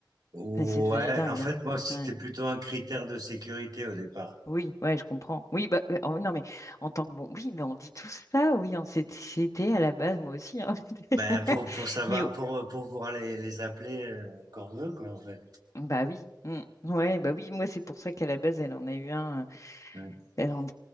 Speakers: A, on the right (about 60°); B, on the left (about 45°).
A: ouais,
B: Enfin, c'est devenu dingue.
A: en fait,
B: hein.
A: moi, c'était
B: Ouais.
A: plutôt un critère de sécurité au départ.
B: Oui, ouais, je comprends. Oui, bah, euh, oh, non, mais en tant que bon, oui, mais on dit tout ça, oui, on s'était c'était à la base, moi aussi. hein. <laughs>
A: Ben, pour, pour savoir,
B: Mais oh,
A: pour, pour pouvoir les, les appeler euh, quand on veut, quoi, en fait.
B: bah oui, mm. ouais, bah oui, moi, c'est pour ça qu'à la base, elle en a eu un. euh,
A: Ouais.
B: Ben, on,